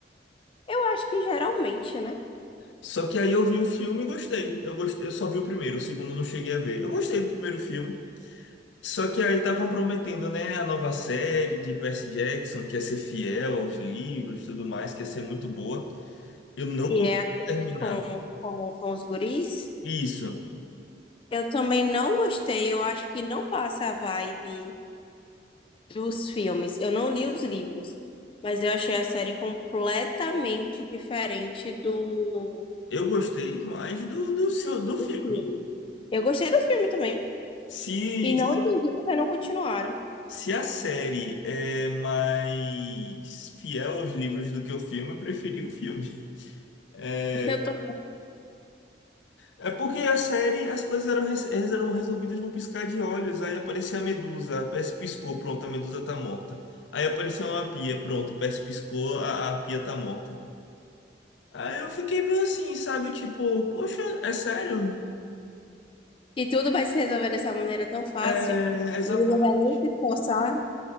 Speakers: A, on the left; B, on the left.
A: Eu acho que geralmente, né?
B: Só que aí eu vi o filme e gostei. Eu gostei, eu só vi o primeiro, o segundo eu não cheguei a ver. Eu gostei do primeiro filme. Só que aí estavam prometendo, né, a nova série de Percy Jackson, que ia ser fiel aos livros e tudo mais, que ia ser muito boa. Eu não
A: Que
B: consegui
A: é aquele
B: terminar.
A: com, com, com os guris.
B: Isso.
A: Eu também não gostei, eu acho que não passa a vibe dos filmes. Eu não li os livros, mas eu achei a série completamente diferente do
B: Eu gostei mais do, do, seu- do filme.
A: filme. Eu gostei do filme também.
B: Se,
A: E não entendi porque não continuaram.
B: se a série é mais fiel aos livros do que o filme, eu preferi o filme. É,
A: Eu tô
B: É porque a série, as coisas eram, res- elas eram resolvidas num piscar de olhos. Aí aparecia a Medusa, a Percy piscou, pronto, a Medusa tá morta. Aí apareceu uma pia, pronto, a Percy piscou, a, a pia tá morta. Aí eu fiquei meio assim, sabe? Tipo, poxa, é sério?
A: que tudo vai se resolver dessa maneira tão fácil.
B: É, exatamente.
A: Ele não vai nem se esforçar.